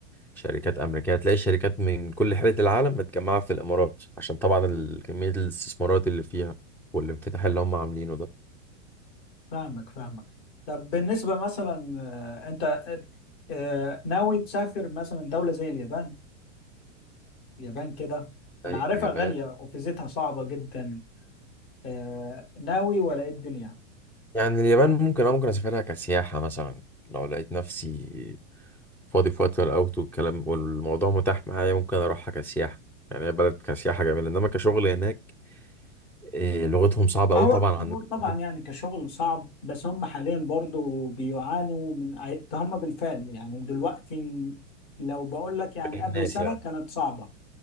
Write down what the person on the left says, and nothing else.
فاهمك فاهمك طب بالنسبة مثلا آه، أنت آه، آه، ناوي تسافر مثلا دولة زي اليابان اليابان كده انا
عارفها
غالية
وفيزتها صعبة جدا آه، ناوي ولا ايه الدنيا
ما
هو
هو طبعا
يعني كشغل صعب بس هم حاليا برضو بيعانوا من عي- ده هم بالفعل يعني دلوقتي لو بقول لك يعني
قبل سنة
كانت صعبة